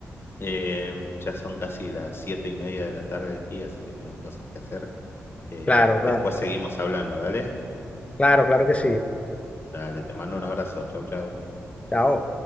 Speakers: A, on the left; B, on the left.
A: Eh, ya son casi las siete y media de la tarde aquí, así que tengo cosas que hacer. Eh,
B: Claro, claro.
A: después seguimos hablando, ¿dale?
B: Claro, claro que sí.
A: Dale, te mando un abrazo. Chau, chau.
B: Chao.